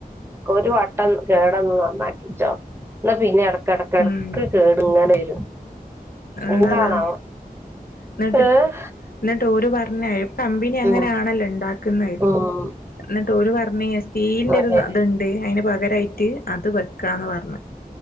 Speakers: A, on the right (about 15°); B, on the left (about 75°).
A: ഒരു വട്ടം കേടന്നന്ന് നന്നാക്കിചോ ന്നാ പിന്നെ എ കിടക്കിടക്ക്
B: ഉം
A: കേടു ഇങ്ങനെ വരും
B: ഇള്ളതാ
A: എന്താണാവോ
B: എന്നിട്ട്
A: ഏഹ്
B: എന്നിട്ട് ഒരുപ തന്നെയും കമ്പനി അങ്ങനെയാണല്ലോ
A: ഉം
B: ഇണ്ടാക്കുന്നത്
A: ഉം
B: ന്നി ട്ടോൽ പർ ഞ്ഞിനെ സ്റ്റീലിന്റെ
A: അതെ
B: ഒരു അത്ണ്ട് അതിന് പകരായി അത് വെക്കാന്ന് പറഞ്ഞ ഞ്